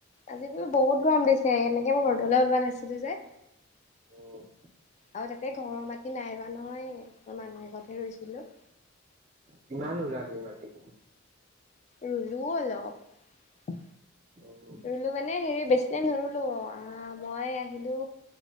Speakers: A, on the left (about 35°); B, on the right (about 35°).
A: আজি বহুত গৰম দিছে এনেকে মই ৰদলৈ ওলোৱা নাছিলো যে
B: উ
A: আৰু তাতে ঘৰৰ মাতি নাইব নহয় আ মানুহেগতে ৰুইছিলো।
B: কিমান ন ৰোঁলা তুমি মাটি
A: ৰুলো অলপ।
B: উম
A: ৰুলো মানে হেৰি বেছি নাই নৰুলো আহ মই আহিলো।